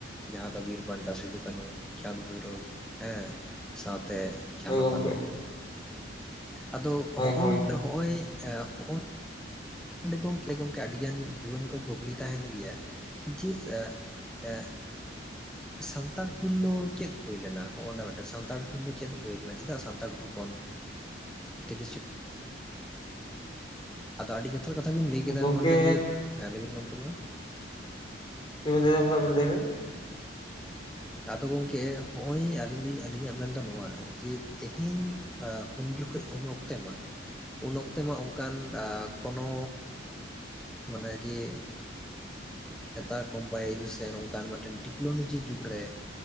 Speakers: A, in the centre; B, on the left.
A: ᱡᱟᱦᱟᱸ ᱫᱚ ᱵᱤᱨ ᱵᱟᱱᱴᱟ ᱥᱤᱫᱩ ᱠᱟᱹᱱᱩ ᱪᱟᱸᱫᱽ ᱵᱷᱳᱭᱨᱳᱵ ᱦᱮᱸ ᱥᱟᱶᱛᱮ ᱡᱷᱟᱱᱚ
B: ᱦᱚᱭ ᱜᱚᱢᱠᱮ᱾
A: ᱵᱟᱱᱚ ᱟᱫᱚ ᱦᱚᱜᱼᱚᱱ
B: ᱦᱳᱭ
A: ᱦᱚᱜᱼᱚᱭ ᱦᱚᱜ ᱚᱸᱰᱮ ᱜᱚᱝᱠᱮ ᱜᱚᱢᱠᱮ ᱟᱹᱰᱤ ᱜᱟᱱ ᱡᱩᱣᱟᱹᱱ ᱠᱚ ᱠᱩᱠᱞᱤ ᱛᱟᱦᱮᱱ ᱜᱮᱭᱟ ᱡᱮ ᱮ
B: <inaudible>
A: ᱥᱟᱱᱛᱟᱲ ᱦᱩᱞ ᱫᱚ ᱪᱮᱫ ᱦᱩᱭ ᱞᱮᱱᱟ? ᱦᱚᱜᱼ ᱱᱟ ᱢᱤᱫᱴᱮᱱ ᱥᱟᱱᱛᱟᱲ ᱦᱩᱞ ᱫᱚ ᱪᱮᱫ ᱦᱩᱭ ᱞᱮᱱᱟ ᱪᱮᱫᱟᱜ ᱥᱟᱱᱛᱟᱲ ᱦᱩᱞ ᱵᱚᱱ ᱛᱤᱨᱤᱥ ᱡᱩᱱ ᱟᱫᱚ ᱟᱹᱰᱤ ᱡᱚᱛᱷᱟᱛ ᱠᱟᱛᱷᱟ ᱵᱤᱱ ᱞᱟᱹᱭ ᱠᱮᱫᱟ
B: ᱜᱚᱝᱠᱮ
A: ᱱᱚᱼᱚ ᱱᱚᱰᱮ ᱡᱮ, ᱦᱮᱸ ᱞᱟᱹᱭᱵᱤᱱ ᱜᱚᱝᱠᱮ ᱢᱟ
B: ᱪᱤᱫ ᱞᱟᱹᱭ ᱫᱟ ᱠᱚᱝᱠᱮ ᱟᱵᱤᱱ ᱞᱟᱹᱭ ᱵᱮᱱ
A: ᱟᱫᱚ ᱜᱚᱢᱠᱮ ᱦᱚᱸᱜᱼᱚᱭ ᱟᱹᱞᱤᱧ ᱞᱤᱧ ᱟᱹᱞᱤᱧᱟᱜ ᱢᱮᱱᱫᱚ ᱱᱚᱣᱟ ᱡᱮ ᱛᱮᱦᱮᱧ ᱩᱱ ᱡᱚᱠᱷᱚᱡ ᱩᱱ ᱚᱠᱛᱮ ᱢᱟ ᱩᱱ ᱚᱠᱛᱮ ᱢᱟ ᱚᱱᱠᱟᱱ ᱠᱚᱱᱚ ᱢᱟᱱ ᱜᱮᱲᱻ <unintelligible> ᱱᱮᱛᱟᱨ ᱢᱳᱵᱟᱭᱤᱞ ᱥᱮ ᱱᱚᱝᱠᱟᱱ ᱢᱤᱫᱴᱮᱱ ᱴᱮᱠᱱᱳᱞᱚᱡᱤ ᱡᱩᱜᱽ ᱨᱮ,